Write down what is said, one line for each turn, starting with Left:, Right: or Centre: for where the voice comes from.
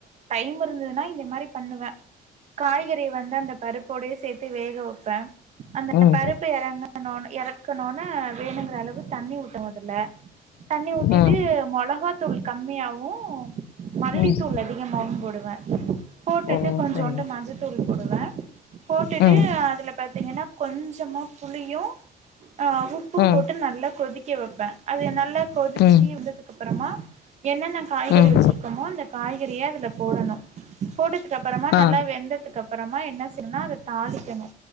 Right: டைம் இருந்துதுனா இந்த மாரி பண்ணுவ காய்கறிய வந்து அந்த பருப் கொடயே சேத்து வேகவெ பே அந்த
Left: ம்
Right: பருப்பு எறங்குன ஒன்னே எற இருக்கணுன வேணுங்கிறளவு தண்ணி ஊத்து மொதல்ல தண்ணி ஊத்திட்டு
Left: ம்
Right: மொளகா தூள் கம்மியாவும் மல்லித்தூள்
Left: ம்
Right: அதிகமாவும் போடு <unintelligible> போட்டுட்டு
Left: ஓ
Right: கொஞ்சோண்டு
Left: சரிங்க
Right: மஞ்சத்தூள் போடுவ போட்டுட்டு
Left: ம்
Right: அதுல பாத்தீங்கன்னா கொஞ்சமா புளியு ஆ உப்பும்
Left: ம்
Right: போட்டு நல்லா கொதிக் க வெப்பே அது நல்லா கொதிச்சு
Left: ம்
Right: வந்ததுக்கப்பறமா என்னென்ன காய்கறி
Left: ம்
Right: வெச்சிருக்கோமோ அந்த காய்கறிய அதுல போடணு போட்டதுக்கப்பறமா நல்லா
Left: ஆ
Right: வெந்ததுக்கப்பறமா என்ன செய்னுனா அது தாளிக்கனு